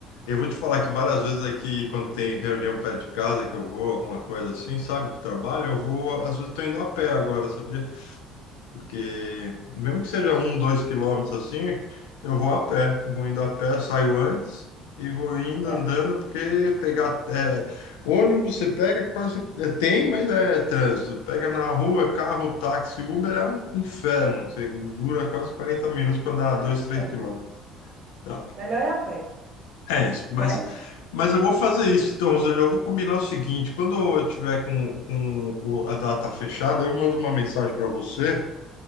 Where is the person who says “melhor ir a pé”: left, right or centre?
Right